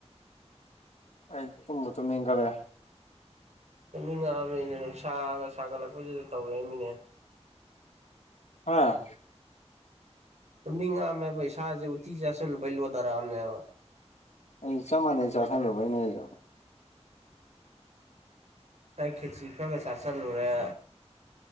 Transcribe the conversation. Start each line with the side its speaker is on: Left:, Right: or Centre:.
Left: ꯑꯩ ꯇꯨꯝꯕ ꯇꯨꯝꯅꯤꯡꯈ꯭ꯔꯦ
Right: ꯆꯠꯃꯤꯉꯛꯑꯕꯅꯤꯅ ꯅꯨꯡꯁꯥꯒ ꯁꯥꯒꯠꯂꯛꯄꯁꯤꯗ ꯇꯧꯔꯦ ꯑꯩꯃꯤꯅꯦ
Left: ꯍꯥꯥ
Right: ꯇꯨꯝꯅꯤꯡꯉꯑꯝꯃꯦꯕ ꯏꯁꯥꯁꯦ ꯎꯠꯇꯤ ꯆꯥꯁꯤꯜꯂꯨꯕꯩ ꯂꯣꯊꯔꯛꯑꯝꯅꯦꯕ
Left: ꯑꯩ ꯏ ꯆ ꯃꯥꯟ ꯆ ꯊꯂꯨꯕꯅꯦ ꯑꯩ
Right: ꯉꯥꯏ ꯈꯦꯇꯤ ꯈꯔꯒ ꯆꯥꯁꯤꯜꯂꯨꯔꯦ